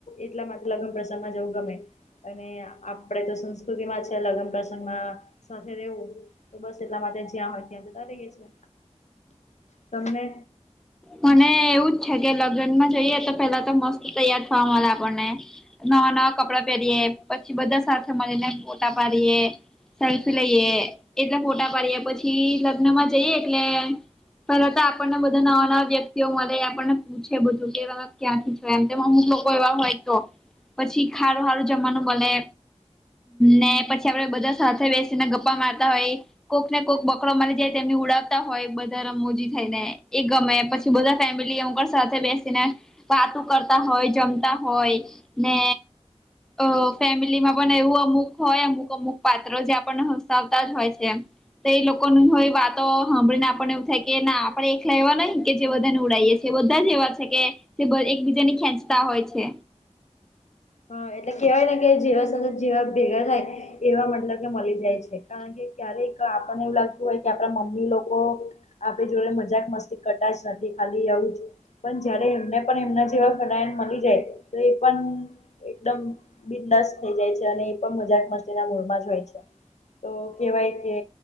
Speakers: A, on the left (about 80°); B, in the centre.
A: એટલા માટે લગ્ન પ્રસંગ માં જવું ગમે. અને આપણેે તો સંસ્કૃતિ માં છે લગ્ન પ્રસંગમાં સાથે રેવું તો બસ એટલા માટે જ્યાં હોય ત્યાં જતા રઇયે છીએ. તમને
B: મને એવું જ છે કે લગનમાં જઈએ તો પેલા તો મસ્ત તૈયાર થવા મળે આપણને. નવા નવા કપડાં પેરીએ પછી બધા સાથે મલીને ફોટા પાડીએ. સેલ્ફી લઈએ એટલા ફોટા પાડીએ પછી લગ્ન માં જઈએ એટલે પર તો આપણને બધા નવા નવા વ્યક્તિઓ મલે આપણને પૂછે બધું કેલાલા ક્યાંથી છો એમ તેમાં અમુક લોકો એવા હોય તો. પછી ખારું હારું જમવાનું બને. ને પછી આપડે બધા સાથે બેસીને ગપ્પા મારતા હોય. કોક ને કોક બકરો મલી જાય તો એમની ઉડાવતા હોય બધા રમૂજી થઈ ને એ ગમે પછ બધા ફેમિલી અમુકવાર સાથે બેસીને વાતું કરતા હોય જમતા હોય ને અ ફેમિલીમાં પન એવું અમુક હોય અમુક અમુક પાત્ર જે આપણને હસાવતા જ હોય છે એમ. તો એ લોકોની હોય વાતો હાંભળીને આપણને એવું થાય કે ના આપડે એકલા એવા નહી. કે જે બધાને ઉડાઈએ છે બધા જ એવા છે કે કેભ એકબીજાને ખેંચતા હોય છે.
A: હા એટલે કેહેવાય ને કે જેવા સાથે જેવા ભેગા થાય એવા મતલબ કે મલી જાય છે કારણ કે ક્યારેક આપણને એવું લાગતું હોય કે આપડા મમ્મી લોકો આપડી જોડે મજાક મસ્તી કરટા જ નથી ખાલી આવું છ. પન જયારે એમને પણ એમના જેવા ફલાયન મલી જાય તો એ પન દમ બિદાસ થઈ જાય છે અને એ પન મજાક મસ્તીના મૂળમાં જ હોય છે. તો કેવાય કે